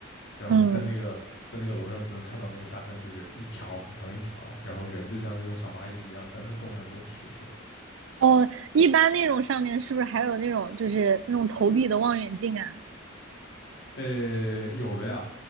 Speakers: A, on the left; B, on the right.
A: 然后你在那个在那个楼上就能看到那个沙滩，
B: 嗯，
A: 就是一条很长一条，然后人就像那种小蚂蚁一样在那儿动来动去，就是
B: 哦，一般那种上面是不是还有那种就是那种投币的望远镜啊？
A: 呃有的呀，